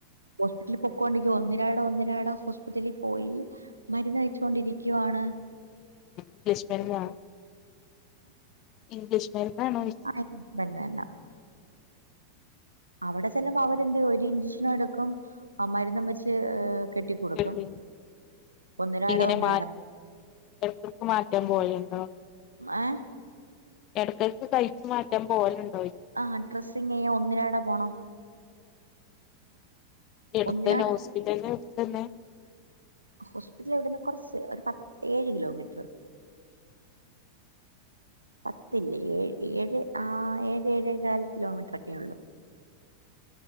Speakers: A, on the right; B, on the left.
A: ഹോസ്പിറ്റലിൽ പൊക്കോണ്ടിരിക്കാ ഒന്നിരാടം ഒന്നിരാടം ഹോസ്പിറ്റലിൽ പോയി മരുന്ന് കഴിച്ചോണ്ടിരിക്കുവാണ്
B: ഇംഗ്ലീഷ് മെര്ന്നോ ഇംഗ്ലീഷ് മരുന്നാണോ ചോയ്ച്ച്
A: <unintelligible> തന്ന തന്ന അവിടെ ചെല്ലുമ്പം അവരെന്ത് ഒരു ഇൻജെക്ഷനും എടുക്കും ആ മരുന്നും വെച്ച് കെട്ടി കൊടുക്കും
B: <unintelligible>
A: ഒന്നിരാട
B: ഇങ്ങനെ
A: ഒന്നിരാട
B: മാറ്റി <unintelligible> എട്ക്കട്ക്ക് മാറ്റാൻ പോയയുണ്ടോ
A: ഏ
B: എടയ്ക്കെടയ്ക്ക് തയ്ച്ച് മാറ്റാൻ പോലുണ്ട്
A: ആ ഡ്രെസ്സിങ് ഒന്നിരാട പോണം
B: എടുത്തന്നെ
A: ഒന്നിരാട
B: ഹോസ്പിറ്റല് എടുത്തന്നെ
A: ഹോസ്പിറ്റൽ ഇവിടുന്ന് കൊറച്ച് ഒരു പത്ത് ഏഴ് കിലോമീറ്റർ പത്തില്ലേ ഏഴ് ഏഴ് ആ ഏഴ ഏഴേകല് കിലോമീറ്റർ ഒക്കെ ഉള്ളു